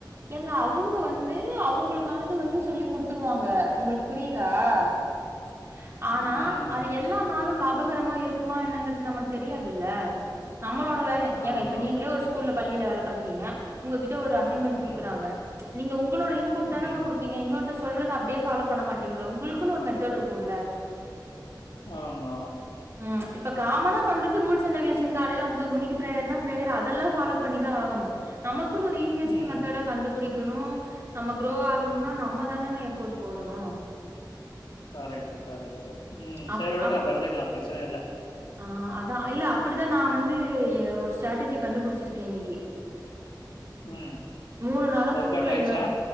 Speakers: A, on the right; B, on the left.
A: ஏங்க அவங்க வந்து அவங்களுக்கானது வந்து சொல்லி குடுத்துருவாங்க உங்களுக்கு புரிதா ச் ஆனா
B: ம்.
A: அது எல்லா நாளு லாக் அபகரமா இருக்குமா என்னங்கறது நமக்கு தெரியாதுல்ல நம்மளோட வேல
B: ஆமா.
A: ஏங்க இப்ப நீங்களே ஒரு ஸ்கூல்லப் பள்ளியில வேலை பாக்றீங்க உங்ககிட்ட ஒரு அஸ் தின்மெண் குடுக்கறாங்க
B: ம்,
A: நீங்க உங் உங்களோட இன்புட் தானங்க
B: ம்.
A: குடுப்பீங்க இன்னொருத் சொல்றத அப்பிடியே ஃபாலோ பண்ண மாட்டீங்களா உங்களுக்குன்னு ஒரு மெத்தட் இருக்குல்ல
B: ஆமா
A: ம் இப்ப காமனா பண்றது ரூல்ஸ் அண்ட் ரெகுலேஷன் காலையில ஒம்போது மணிக்கு பிரேயர்னா பிரேயர் அதெல்ல ஃபாலோ பண்ணிதா ஆகனு நமக்குனு ஒரு ச்சு
B: ம்.
A: மெத்தட கண்டுபுடிக் இருக்கணு நம்ம குரோ ஆகணுனா நம்ம தானேங்க எஃபோர்ட் போடணு
B: ஆராட்சிக்கார உம்
A: அப்
B: செரி விடுங்க
A: அப்ப
B: பண்ணிக்கலா பிரச்சன இல்ல
A: ஆ அதா இல்ல அப்படித்தா நா வந்து ஒரு ஸ்டேட்டஜி கண்டுபிடிச்சிருக்கே இன்னைக்கு
B: ம்.
A: மூணு நாளா
B: ஒர்க்
A: தூங்கலுங்க
B: அவுட் ஆயிடுச்சா?